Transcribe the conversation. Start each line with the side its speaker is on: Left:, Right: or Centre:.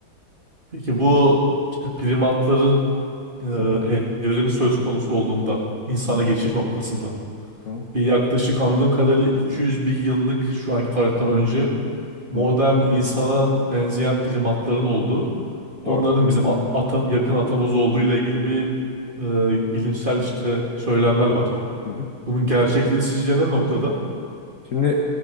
Right: Peki bu işte primatların e,
Left: hı hı,
Right: evrimi söz konusu olduğunda insana
Left: hı
Right: geçiş noktasında
Left: hı,
Right: bir yaklaşık anladığım kadarıyla 200 bin yıllık şu anki tarihten önce modern
Left: hı hı.
Right: insana benzeyen primatların olduğu onların
Left: Doğru.
Right: bizim a- atam, yakın atamız olduğu ile ilgili bir e, bilimsel işte söylemler var.
Left: Hı hı.
Right: Bunun gerçekliği sizce ne noktada?
Left: Şimdi